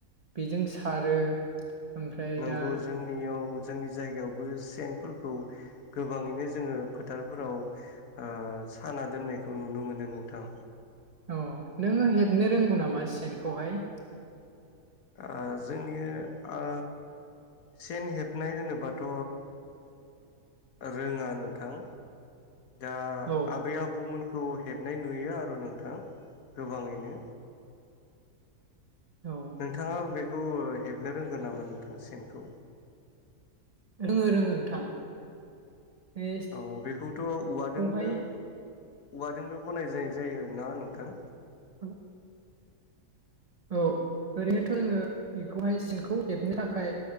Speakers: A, on the right; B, on the left.
A: बेजों सारो। ओमफ्राय
B: नंगौ
A: दा
B: जोंनियाव जोंनि जायगायावबो सेनफोरखौ गोबाङैनो जोङो फोथारफोराव ओ साना दोननायखौ नुनो मोनो नोंथां।
A: अह नोङो हेबनो रोंगौ नामा सेनखौहाय?
B: ओ जोंनि ओ सेन हेबनाय होनोबाथ' रोङा नोंथां। दा
A: औ
B: आबै आबौमोन खौ हेबनाय नुयो आरो नोंथां गोबाङैनो
A: औ
B: नोंथाङा बे खौ हेबनो रोंगोन नामा नोंथां सेनखौ
A: रोङो रोङो नोंथां बे
B: औ बेखौथ' औवाजोंनो
A: सेनखौहाय
B: औवाजोंनो बनाय जाय जायो ना नोंथां
A: उम औ ओरैनोथ' जोङो बेखौहाय सिनखौ हेबनो थाखाय